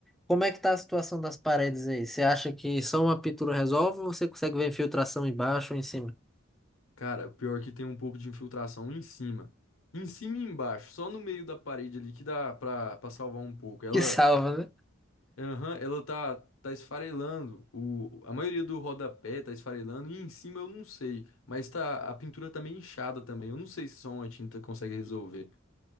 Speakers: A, in the centre; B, on the left (about 80°).
A: Como é que tá a situação das paredes aí? Você acha que só uma pintura resolve ou você consegue ver infiltração embaixo ou em cima? <laughs>
B: Cara, o pior é que tem um pouco de infiltração em cima. Em cima e embaixo, só no meio da parede ali que dá pra, pra salvar um pouco. Ela
A: Que salva, né?
B: Aham, ela tá, tá esfarelando. O, a maioria do rodapé tá esfarelando e em cima eu não sei. Mas tá, a pintura tá meio inchada também. Eu não sei se só uma tinta consegue resolver.